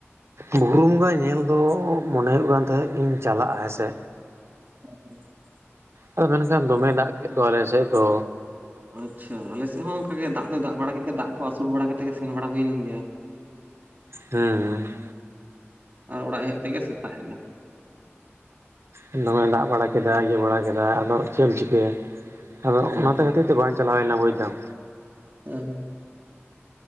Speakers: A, on the right; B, on the right.
A: ᱵᱷᱩᱨᱩ ᱵᱚᱸᱜᱟ ᱧᱮᱞ ᱫᱚ ᱢᱚᱱᱮ ᱦᱩᱭᱩᱜ ᱠᱟᱱ ᱛᱟᱦᱮᱸᱫ ᱤᱧ ᱪᱟᱞᱟᱜ-ᱟ ᱦᱮᱸᱥᱮ,
B: <inaudible>
A: ᱟᱫᱚ ᱢᱮᱱᱠᱷᱟᱱ ᱫᱚᱢᱮ ᱫᱟᱜ ᱠᱮᱫ ᱫᱚ ᱟᱞᱮ ᱥᱮᱫ ᱫᱚ᱾
B: ᱟᱪᱷᱟ ᱟᱞᱮ ᱥᱮᱫ ᱦᱚᱸ ᱚᱱᱠᱟ ᱜᱮ ᱫᱟᱜ ᱫᱚ ᱫᱟᱜ ᱵᱟᱲᱟ ᱠᱮᱜ ᱜᱮᱭᱟ᱾ ᱫᱟᱜ ᱠᱚ ᱟᱹᱥᱩᱲ ᱵᱟᱲᱟ ᱠᱟᱛᱮᱜ ᱜᱮ ᱥᱮᱱ ᱵᱟᱲᱟ ᱦᱩᱭ ᱞᱮᱱ ᱜᱮᱭᱟ᱾
A: ᱦᱮᱸ᱾
B: ᱟᱨ ᱚᱲᱟᱜ ᱦᱮᱡ ᱛᱮᱜᱮ ᱥᱮᱛᱟᱜ ᱮᱱᱟ᱾
A: ᱫᱚᱢᱮ ᱫᱟᱜ ᱵᱟᱲᱟ ᱠᱮᱫᱟ, ᱤᱭᱟᱹ ᱵᱟᱲᱟ ᱠᱮᱫᱟᱭ, ᱟᱫᱚ ᱪᱮᱫ ᱮᱢ ᱪᱤᱠᱟᱹᱭᱟ? ᱟᱫᱚ
B: ᱦᱮᱸ
A: ᱚᱱᱟᱛᱮ ᱠᱷᱟᱹᱛᱤᱨ ᱛᱮ ᱵᱟᱝ ᱪᱟᱞᱟᱣ ᱦᱩᱭ ᱞᱮᱱᱟ ᱵᱩᱡᱽᱫᱟᱢ᱾
B: ᱦᱮᱸ ᱦᱮᱸ᱾